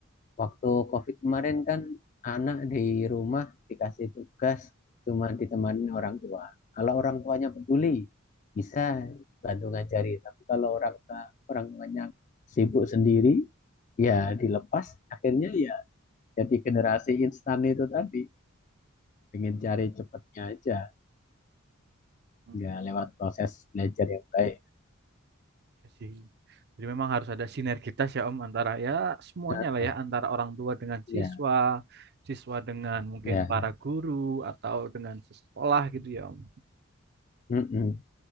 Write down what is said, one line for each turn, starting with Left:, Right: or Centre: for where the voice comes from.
Left: waktu COVID kemarin kan anak di rumah dikasih tugas cuma ditemani orang tua. Kalau orang tuanya peduli bisa bantu ngajari, tapi kalau orang tua- orang tuanya sibuk sendiri ya dilepas akhirnya ya jadi generasi instan itu tadi pengen cari cepetnya aja
Right: Om?
Left: nggak lewat proses belajar yang baik.
Right: Ya sih. Jadi memang harus ada sinergitas ya Om antara ya semuanya
Left: Nah,
Right: lah ya antara orang tua dengan siswa,
Left: ya
Right: siswa dengan mungkin
Left: ya
Right: para guru atau dengan sekolah gitu ya Om.
Left: mm-mm.